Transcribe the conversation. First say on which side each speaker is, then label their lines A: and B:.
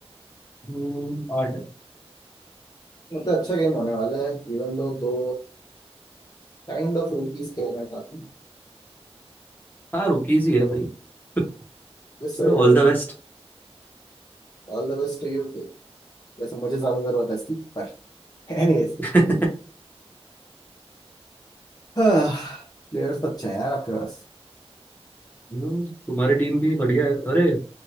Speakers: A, on the left (about 15°); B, on the left (about 35°).
A: हम्म, और
B: मतलब अच्छा गेम होने वाला है इवन दो दो काइंड ऑफ रूकीज खेल रहे हैं साथ में
A: हाँ रुकीज ही है भाई <laughs>
B: Yes
A: चलो
B: sir
A: ऑल द बेस्ट
B: All the best to you वैसे मुझे ज्यादा जरूरत है इसकी पर एनीवेज
A: <laughs>
B: प्लेयर्स तो अच्छे हैं यार आपके पास
A: हम्म, तुम्हारी टीम भी बढ़िया है अरे